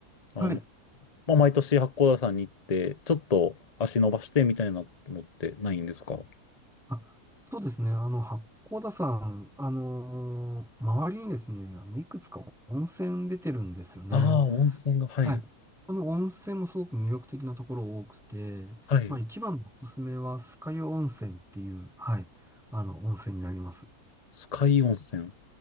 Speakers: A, on the left; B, in the centre.
A: あの、
B: はい。
A: まあ、毎年八甲田山に行って、ちょっと足伸ばしてみたいなのってないんですか
B: あ、そうですね。あの、八甲田山、あのー周りにですね、あの、いくつか温泉出てるんですよね。
A: ああー、温泉が、はい、
B: はい。この、温泉もすごく魅力的なところ多くて、
A: はい。
B: まあ一番のおすすめは、酸ヶ湯温泉っていう、はい、あの、温泉になります。
A: スカイ温泉。